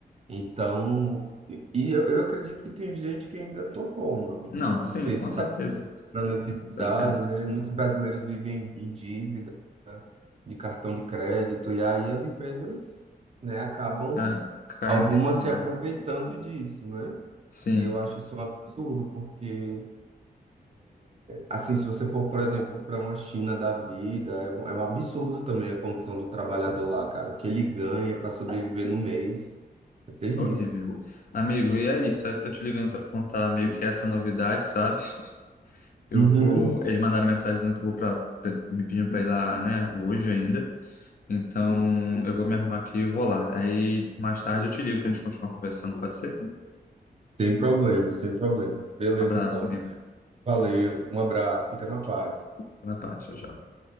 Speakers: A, on the right; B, on the left.
A: Então, e e eu, eu acredito que tem gente que ainda topou, mano.
B: Não, sim,
A: Não sei se
B: com
A: tá
B: certeza,
A: pra necessidade,
B: com certeza.
A: né? Muitos brasileiros vivem em dívida né, de cartão de crédito, e aí as empresas, né, acabam
B: Tá caindo
A: algumas
B: em cima.
A: se aproveitando disso, né?
B: Sim.
A: E eu acho isso um absurdo, porque Assim, se você for, por exemplo, para uma China da vida, é um é um absurdo também a condição do trabalhador lá, cara. O que ele ganha para sobreviver no mês é terrível.
B: É horrível. Amigo, e é isso. Eu tô te ligando para contar meio que essa novidade, sabe? Eu
A: Uhum.
B: vou. Eles mandaram mensagem dizendo que eu vou pra. Me pedindo para ir lá, né? Hoje ainda. Então, eu vou me arrumar aqui e vou lá. Aí, mais tarde eu te ligo pra gente continuar conversando, pode ser? Um
A: Sem problema, sem problema. Beleza,
B: abraço,
A: então.
B: amigo.
A: Valeu, um abraço, fica na
B: Fica
A: paz.
B: na paz. Tchau, tchau.